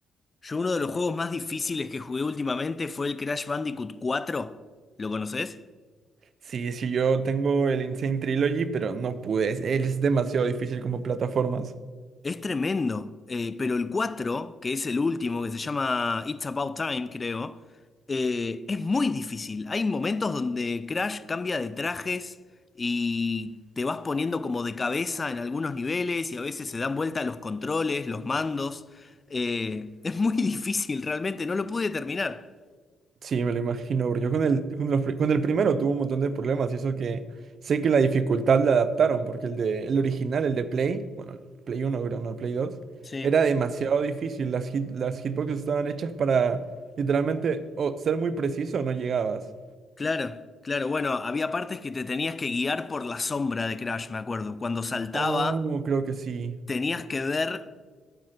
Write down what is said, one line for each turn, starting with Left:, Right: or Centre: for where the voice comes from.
Left: Yo uno de los juegos más difíciles que jugué últimamente fue el Crash Bandicoot cuatro. ¿Lo conoces?
Right: Sí, sí, yo tengo el Insane Trilogy, pero no pude. Es, es demasiado difícil como plataformas.
Left: Es tremendo, eh, pero el cuatro que es el último, que se llama It's About Time, creo, eh, es muy difícil. Hay momentos donde Crash cambia de trajes y te vas poniendo como de cabeza en algunos niveles y a veces se dan vuelta los controles, los mandos. Eh, es muy <laughs> difícil, realmente, no lo pude terminar.
Right: Sí, me lo imagino, bro. Yo con el, con los pri- con el primero tuve un montón de problemas y eso que sé que la dificultad la adaptaron, porque el de, el original, el de Play, bueno, Play uno, creo, no, Play 2,
Left: Sí,
Right: era demasiado difícil. Las hit- las hitboxes estaban hechas para literalmente o ser muy preciso o no llegabas.
Left: claro, claro. Bueno, había partes que te tenías que guiar por la sombra de Crash, me acuerdo. Cuando saltaba
Right: Oh, creo que sí.
Left: tenías que ver